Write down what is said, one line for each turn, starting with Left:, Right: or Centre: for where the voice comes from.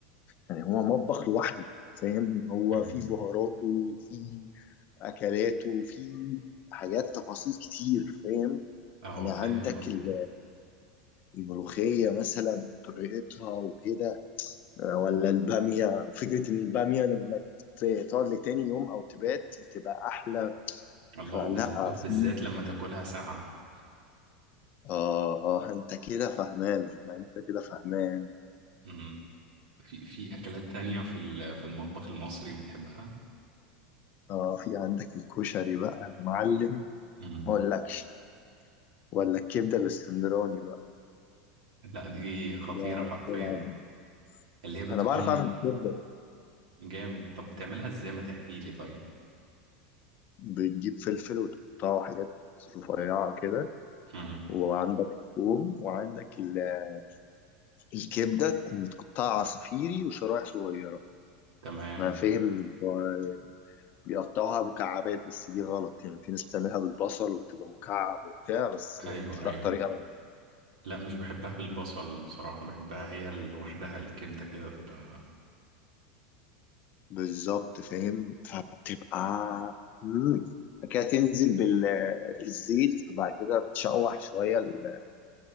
Left: يعني هو مطبخ لوحده فاهم هو
Right: مم.
Left: فيه بهاراته وفيه اكلاته وفيه حاجات تفاصيل كتير فاهم
Right: اه
Left: يعني
Right: فاهم
Left: عندك ال- الملوخيه مثلا طريقتها وكده ولا الباميه فكره ان الباميه لما ت- تقعد لتاني يوم او تبات بتبقى احلى
Right: الله
Left: فلا
Right: وبز- وبالذات
Left: في
Right: لما تاكلها ساقعة
Left: آه آه أنت كده فهمان ما أنت كده فهمان
Right: اه في في أكلات تانية في ال- في المطبخ المصري بتحبها؟
Left: آه في عندك الكشري بقى يا معلم
Right: مم.
Left: ما أقولكش ولا الكبدة الإسكندراني بقى
Right: لا دي خطيرة
Left: ده
Right: حرفيا
Left: في العظيم.
Right: اللي هي بتكون
Left: أنا بعرف أعمل كبدة
Right: جامد طب بتعملها ازاي ما تحكي لي طيب
Left: بتجيب فلفل وتقطعه حاجات رفيعة كده
Right: مم.
Left: وعندك ثوم وعندك ال- الكبدة تكون متقطعة عصافيري وشرايح صغيرة
Right: تمام
Left: أنا فاهم بتوع بيقطعوها مكعبات بس دي غلط يعني في ناس بتعملها بالبصل وبتبقى مكعب وبتاع بس
Right: ايوه ايوه
Left: لا طريقة
Right: لا مش بحبها بالبصل بصراحة بحبها هي لوحدها الكبدة كده تبقى
Left: بالظبط فاهم فبتبقى مم. كده تنزل بالزيت وبعد كده بتشوح شوية ال-